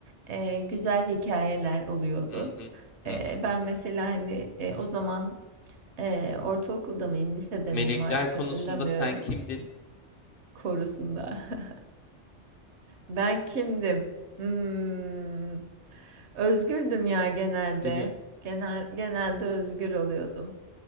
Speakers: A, on the right (about 70°); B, on the left (about 60°).
A: e, güzel hikayeler oluyordu.
B: Hı hı. Hı
A: E,
B: hı.
A: ben mesela hani e, o zaman e, ortaokulda mıyım, lisede
B: Melekler
A: miyim artık
B: konusunda
A: hatırlamıyorum.
B: sen kimdin?
A: Korusunda. <laughs> Ben kimdim? Hmm, özgürdüm ya genelde.
B: Değil mi?
A: Genel, genelde özgür oluyordum.